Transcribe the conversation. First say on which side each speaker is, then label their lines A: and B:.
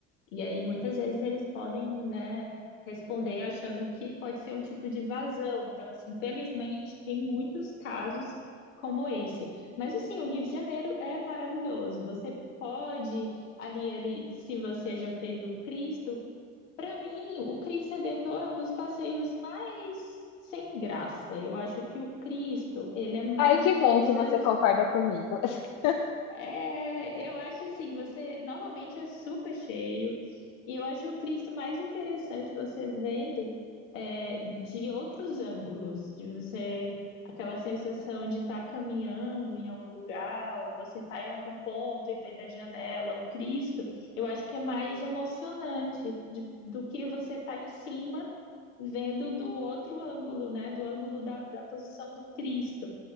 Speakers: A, on the left (about 80°); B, on the left (about 60°).
A: e aí, muitas vezes, eles podem, né, responder achando que pode ser um tipo de vazão. Então, assim, infelizmente, tem muitos casos como esse. Mas, assim, o Rio de Janeiro é maravilhoso. Você pode, ali, ali, se você já fez o Cristo, para mim, o Cristo Redentor é um dos passeios mais sem graça. Eu acho que o Cristo, ele é mais
B: Ai, que
A: interessante.
B: bom que você concorda comigo. <laughs>
A: É, eu acho assim, você normalmente é super cheio. E eu acho o Cristo mais interessante você vendo é, de outros ângulos, de você aquela sensação de estar caminhando em algum lugar, ou você estar em algum ponto e ver da janela o Cristo, eu acho que é mais emocionante de- do que você estar em cima vendo do outro ângulo, né? Do ângulo da, da posição do Cristo.